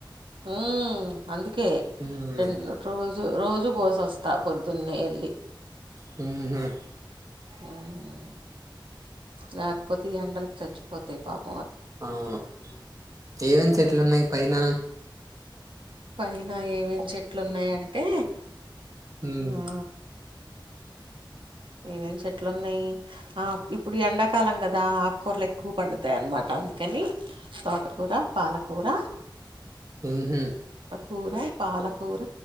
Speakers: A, on the right; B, on the right.
A: హ్మ్ అందుకే
B: హ్మ్
A: రెండు రోజు రోజు పోసి వస్తా పొద్దునే వెళ్ళి
B: మ్మ్ హ్మ్
A: హ్మ్ లేకపోతే ఈ ఎండలకు చచ్చిపోతాయి పాప
B: అవును ఏమేం చెట్లు ఉన్నాయి పైన
A: పైన ఏమేం చెట్లున్నాయంటే
B: హ్మ్
A: ఆ ఏమేం చెట్లు ఉన్నాయి ఆ ఇప్పుడు ఎండాకాలం కదా ఆకూరలు ఎక్కువ పండుతాయి అన్నమాట అందుకని తోటకూర పాలకూర
B: మ్మ్ హ్మ్
A: కూర పాలకూర